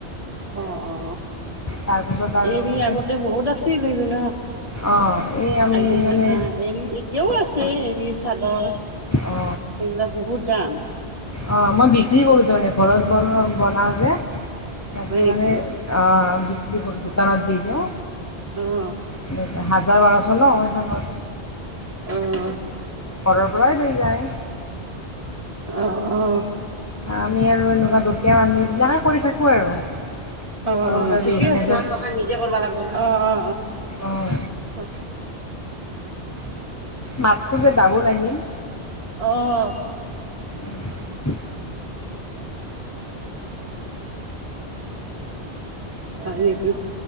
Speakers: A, on the right; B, on the left.
A: অ অ
B: তাৰপিছত আৰু
A: এৰি
B: মানে
A: আগতে বহুত আছিল এইবিলাক
B: অঁ এই আমি
A: আজিকালি
B: মানে
A: না এৰি এতিয়াও আছে এৰি চাদৰ
B: অ
A: এইবিলাক বহুত দাম
B: অ মই বিক্ৰী কৰোঁ তাৰ মানে ঘৰত বন বনাওঁ যে তাতে
A: হয় নেকি
B: মানে বি কি কৰো দোকানত দি দিও
A: অ',
B: <unintelligible> হাজাৰ বাৰশ নখ <unintelligible>
A: আহ
B: ঘৰৰ পৰাই লৈ যায়
A: অঁ অঁ
B: আমি আৰু এনেকুৱা দুকীয়া মানুহ এইবিলাকে কৰি থাকো আৰু
A: অ
B: সৰু
A: অ
B: সুৰা
A: ঠিকেই
B: বিজনেছৰ
A: <unintelligible> প্ৰসাদ নিজে কৰিব লাগিব অ অ অ
B: অঁ
A: অহ
B: মাতটো মোৰ দাবুল আহিল
A: অ'।
B: উম
A: <unintelligible> <unintelligible> হয় নেকি